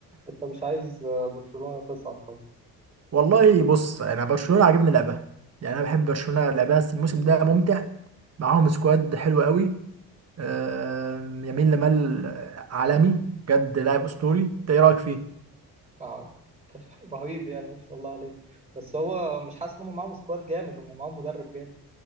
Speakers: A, on the right; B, on the right.
A: انت مش عايز آه، برشلونه تصعد طبعا
B: والله بص انا برشلونه عاجبني لعبها يعني انا بحب برشلونه لعبها بس الموسم ده ممتع معاهم سكواد حلو قوي آم، يمين لمال عالمي بجد لاعب اسطوري انت ايه رايك فيه
A: اه <laughs> رهيب يعني ما شاء الله عليه بس هو مش حاسس ان هم معاهم سكواد جامد هم معاهم مدرب جامد